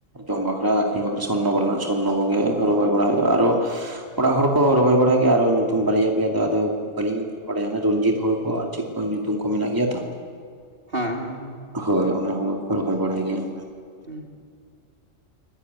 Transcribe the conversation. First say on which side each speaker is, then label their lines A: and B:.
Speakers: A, on the right; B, on the right.
A: ᱡᱚᱢ ᱵᱟᱠᱷᱨᱟ ᱟᱹᱠᱷᱨᱤᱧ ᱵᱟᱠᱷᱨᱟ ᱥᱚᱨᱱᱟ ᱵᱟᱞᱮ ᱥᱚᱨᱱᱚ ᱠᱚᱜᱮ ᱨᱚᱦᱚᱭ ᱵᱟᱲᱟ ᱦᱩᱭᱩᱜᱼᱟ ᱟᱨᱚ ᱚᱲᱟᱜ ᱦᱚᱲ ᱠᱚ ᱨᱚᱦᱚᱭ ᱵᱟᱲᱟᱭ ᱜᱮᱭᱟ ᱟᱨᱦᱚ ᱧᱩᱛᱩᱢ ᱵᱟᱨᱭᱟ ᱯᱮᱭᱟ ᱫᱚ ᱟᱫᱚ ᱵᱟᱹᱞᱤᱧ ᱵᱟᱲᱟᱭᱟ ᱚᱱᱟ ᱨᱚᱧᱡᱤᱛ ᱦᱩᱲᱩ ᱠᱚ ᱟᱨ ᱪᱮᱫ ᱠᱚ ᱧᱩᱛᱩᱢ ᱠᱚ ᱢᱮᱱᱟᱜ ᱜᱮᱭᱟ ᱛᱚ
B: ᱦᱮᱸ ᱦᱮᱸ ᱦᱮᱸ।
A: ᱦᱳᱭ ᱚᱱᱟ ᱦᱩᱲᱩ ᱠᱚ ᱨᱚᱦᱚᱭ ᱵᱟᱲᱟᱭ ᱜᱮᱭᱟ।
B: ᱦᱩᱸ